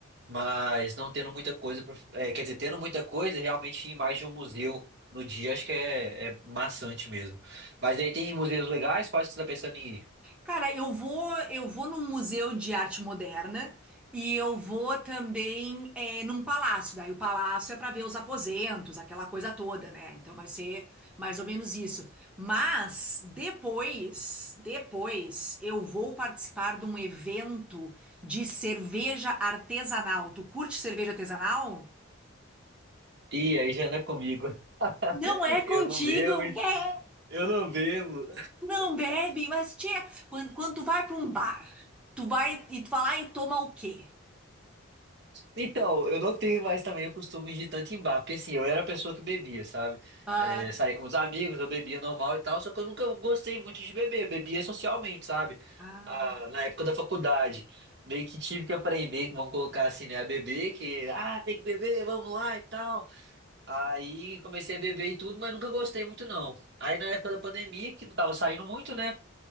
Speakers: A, on the right (about 55°); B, in the centre.
A: mas não tendo muita coisa, pra- é, quer dizer, tendo muita coisa, realmente ir mais de um museu no dia, acho que é, é maçante mesmo. Mas aí tem museus legais, quais que você tá pensando em ir?
B: Cara, eu vou, eu vou num museu de arte moderna e eu vou também eh, num palácio. Daí o palácio é para ver os aposentos, aquela coisa toda, né? Então vai ser mais ou menos isso. Mas depois, depois eu vou participar de um evento de cerveja artesanal. Tu curte cerveja artesanal?
A: Ih, aí já não é comigo. <laughs>
B: Não é contigo,
A: Eu não bebo, hein?
B: véi!
A: eu não bebo.
B: Não bebe, mas tia, quando, quando tu vai para um bar, tu vai e tu vai lá e toma o quê?
A: Então, eu não tenho mais também o costume de tanto em bar, porque assim, eu era a pessoa que bebia, sabe?
B: Ah,
A: É, saía com os amigos, eu bebia normal e tal, só que eu nunca gostei muito de beber, eu bebia socialmente, sabe?
B: ah,
A: Ah, na época da faculdade, meio que tive que aprender, que vão colocar assim, né, a beber, que, ah, tem que beber, vamos lá e tal. Aí comecei a beber e tudo, mas nunca gostei muito não. Aí na época da pandemia, que não tava saindo muito, né?